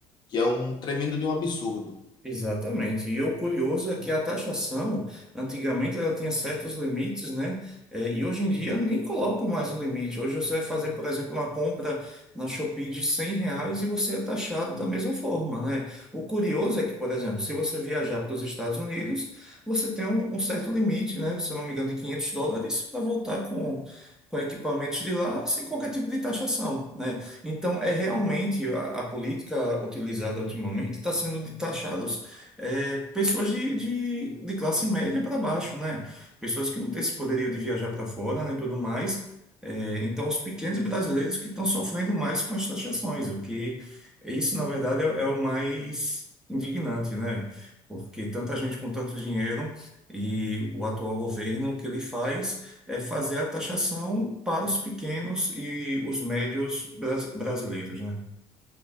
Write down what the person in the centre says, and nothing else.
Exatamente. E o curioso é que a taxação, antigamente ela tinha certos limites, né? Eh, e hoje em dia nem colocam mais o limite. Hoje você vai fazer, por exemplo, uma compra na Shopee de 100 reais e você é taxado da mesma forma, né? O curioso é que, por exemplo, se você viajar para os Estados Unidos, você tem um, um certo limite, né? Se eu não me engano, de 500 dólares para voltar com, com equipamentos de lá sem qualquer tipo de taxação, né? Então, é realmente a, a política utilizada ultimamente está sendo de taxados é, pessoas de, de, de classe média para baixo, né? Pessoas que não têm esse poderio de viajar para fora, né, e tudo mais. É, então, os pequenos brasileiros que estão sofrendo mais com as taxações, o que isso, na verdade, é, é o mais indignante, né? Porque tanta gente com tanto dinheiro e o atual governo, o que ele faz? é fazer a taxação para os pequenos e os médios bras- brasileiros, né?